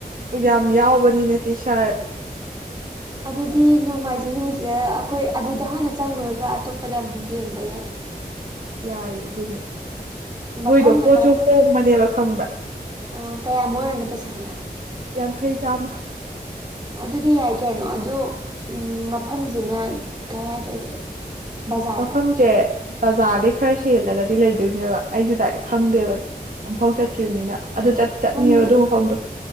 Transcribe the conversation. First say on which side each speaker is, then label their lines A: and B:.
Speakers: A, on the right; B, on the right.
A: ꯌꯥꯝ
B: ꯎꯝ
A: ꯌꯥꯎꯕꯅꯤꯅ ꯇꯤ ꯁꯥꯔꯠ
B: ꯑꯗꯨꯗꯤ ꯅꯣꯡꯃꯥꯏꯖꯤꯡ ꯅꯨꯃꯤꯠꯇꯨꯗ ꯑꯈꯣꯏ ꯑꯗꯨꯗ ꯍꯥꯟꯅ ꯆꯪꯉꯨꯔꯒ ꯑꯇꯣꯞꯄꯗ ꯑꯃꯨꯛ ꯌꯦꯡꯕ ꯌꯥꯏꯌꯦ
A: ꯌꯥꯏ ꯑꯗꯨꯅꯤ ꯃꯣꯏꯗꯣ
B: ꯃꯐꯝꯅ
A: ꯄꯣꯠꯁꯨ ꯍꯣꯡꯕꯅꯦꯕ ꯈꯪꯕ꯭ꯔꯥ
B: ꯑ ꯀꯌꯥꯃꯨꯛ ꯑꯣꯏꯔꯤꯅꯣ ꯄꯩꯁꯥꯅ
A: ꯌꯥꯡꯈꯩ ꯆꯥꯝꯃ
B: ꯑꯗꯨꯗꯤ ꯌꯥꯏ ꯀꯩꯅꯣ ꯑꯗꯣ ꯎꯝ ꯃꯐꯝꯁꯤꯅ ꯀꯥꯌꯥꯏꯗ ꯑꯣꯏꯗꯣꯏꯕ ꯕꯖꯥꯔꯗ
A: ꯃꯐꯝꯖꯦ ꯕꯖꯥꯔꯗꯩ ꯈꯔ ꯍꯦꯜꯂꯒꯗꯤ ꯂꯩꯗꯣꯏꯅꯦꯕ ꯑꯩꯖꯨ ꯗꯥꯏꯔꯦꯛ ꯈꯪꯗꯦꯕ
B: ꯎꯝ
A: ꯑꯃꯨꯛꯐꯥꯎ ꯆꯠꯇ꯭ꯔꯤꯕꯅꯤꯅ ꯑꯗꯨ ꯆꯠꯅꯤꯡꯉꯦꯕ
B: ꯈꯪ
A: ꯑꯗꯨ ꯃꯐꯝꯗꯣ